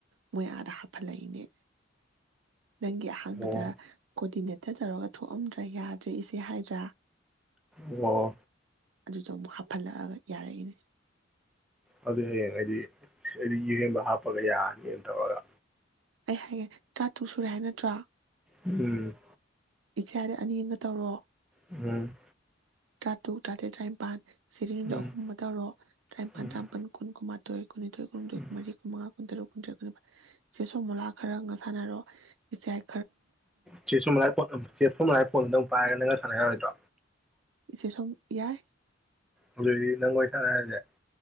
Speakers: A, on the right (about 85°); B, in the centre.
A: ꯃꯣꯏ ꯑꯥꯗ ꯍꯥꯞꯍꯜꯂꯛꯏꯅꯦ ꯅꯪꯒꯤ ꯑꯍꯥꯟꯕꯗ
B: ꯑꯣ
A: ꯀꯣꯑꯣꯔꯗꯤꯅꯦꯠ ꯈꯤꯇ ꯇꯧꯔꯒ ꯊꯣꯛꯑꯝꯗ꯭ꯔꯥ ꯌꯥꯗ꯭ꯔꯦ ꯏꯆꯦ ꯍꯥꯏꯗ꯭ꯔꯥ
B: ꯑꯣ
A: ꯑꯗꯨꯗꯣ ꯑꯃꯨꯛ ꯍꯥꯞꯐꯜꯂꯛꯑꯒ ꯌꯥꯔꯛꯏꯅꯦ
B: ꯑꯗꯨꯗꯤ ꯍꯌꯦꯡ ꯑꯩꯗꯤ ꯑꯩꯗꯤ ꯋꯨꯑꯦꯟ ꯍꯥꯞꯄꯒ ꯌꯥꯅꯤꯅ ꯇꯧꯔꯒ
A: ꯑꯩ ꯍꯥꯏꯒꯦ ꯈꯟ ꯇ꯭ꯔꯥꯇꯨꯛ ꯁꯨꯔꯦ ꯍꯥꯏ ꯅꯠꯇ꯭ꯔꯣ
B: ꯎꯝ
A: ꯄꯤꯊ꯭ꯔꯥꯏꯗ ꯑꯅꯤ ꯑꯝꯒ ꯇꯧꯔꯣ
B: ꯎꯝ
A: ꯇ꯭ꯔꯥꯇꯨꯛ ꯇ꯭ꯔꯥꯇꯦꯠ ꯇ꯭ꯔꯥꯏꯄꯥꯥꯟ ꯆꯩꯔꯦꯡꯗ
B: ꯎꯝ
A: ꯑꯍꯨꯝ ꯃ ꯇꯧꯔꯣ ꯇ꯭ꯔꯥꯏꯄꯥꯟ
B: ꯎꯝ
A: ꯇ꯭ꯔꯥꯝꯄꯟ ꯀꯨꯟ ꯀꯨꯅꯃꯊ ꯇꯥꯏ ꯀꯨꯟꯅꯤꯊꯣꯏ ꯐꯪꯗꯣꯏ
B: ꯎꯝ
A: ꯀꯨꯟꯃꯔꯤ ꯀꯨꯟꯃꯉꯥ ꯀꯨꯟꯇꯔꯨꯛ ꯀꯨꯟꯇ꯭ꯔꯦꯠ ꯀꯨꯟꯅꯤꯄꯥꯟ ꯆꯦ ꯁꯣꯃꯣꯂꯥꯒ ꯈꯔ ꯑꯝꯒ ꯁꯥꯟꯅꯔꯣ ꯏꯆꯦꯌꯥꯏ
B: ꯆꯦ ꯁꯣꯃꯣꯂꯥ ꯆꯦ ꯁꯣꯃꯣꯂꯥꯏ ꯐꯣꯟꯗꯣ ꯅꯡꯅꯥ ꯄꯥꯏꯔꯒ ꯅꯪꯅꯒ ꯁꯥꯅ ꯌꯔꯣꯏꯗ꯭ꯔꯣ
A: ꯁꯨꯝ ꯌꯥꯏ
B: ꯑꯗꯨ ꯅꯪꯒ ꯑꯣꯏ ꯁꯅꯔꯁꯦ